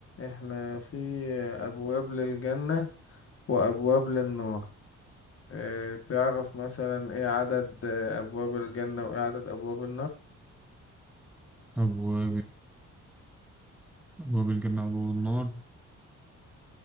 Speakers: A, on the left (about 50°); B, in the centre.
A: احنا في آه، أبواب للجنة وأبواب للنار آه، تعرف مثلا ايه عدد آه، أبواب الجنة وايه عدد أبواب النار
B: أبواب أبواب بالجنة وأبواب النار